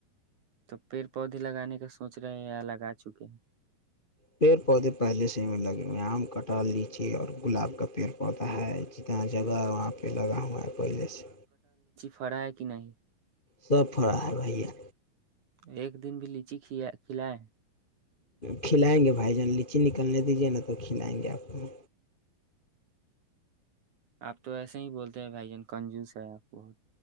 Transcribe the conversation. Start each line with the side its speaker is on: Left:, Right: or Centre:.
Right: تو پیڑ پودے لگانے کا سوچ رہے ہیں یا لگا چکے ہیں
Left: پیڑ پودے پہلے سے لگے ہوئے ہیں آم کٹا لیجئے اور گلاب کا پیڑ پودا ہے جتنا جگہ
Right: ہیں
Left: وہاں پہ لگا ہو ہے پہلے سے
Right: فڑا ہے کہ نہیں
Left: سب پڑھا ہے بھیا
Right: ایک دن بھی لیچی کھلیں
Left: کھلائیں گے بھائی جان لیچی نکلنے دیجیے نا تو کھلائیں گے آپ کو
Right: اپ تو ایسے ہی بولتے ے بھائی جان کنجوس ہے آپ بہت